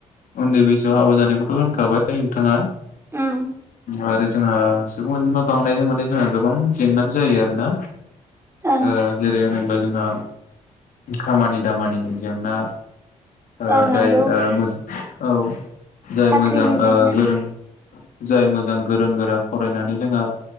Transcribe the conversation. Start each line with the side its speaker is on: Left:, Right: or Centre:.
Left: उन्दै बैसोआव हाबा जानायखौथ' होनखाबाय नोंथाङा।
Right: ओम।
Left: आरो जोंहा सुबुं अनजिमा बांनायजों माने जोंहा गोबां जेंना जायो आरो ना।
Right: ओं
Left: ओ जेरै नों जोंहा खामानि दामानिनि। नोंना ओ
Right: औ
Left: जायो
Right: नंगौ
Left: ओ। औ जाय
Right: साख्रिनि
Left: मोजां
Right: जेंना
Left: ओ गोरों जाय मोजां गोरों गोरा फरायनानै जोंहा